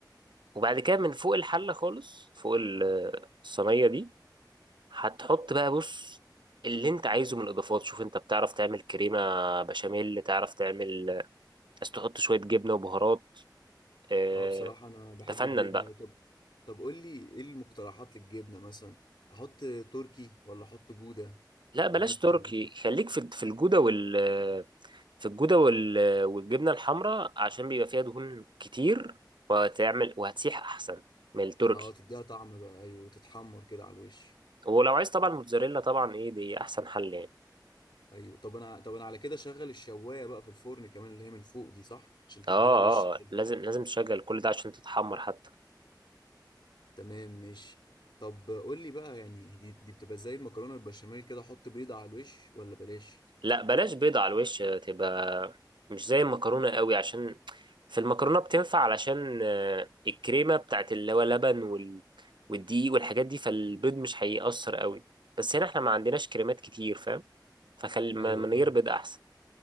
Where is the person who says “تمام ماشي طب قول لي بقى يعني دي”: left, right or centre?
Left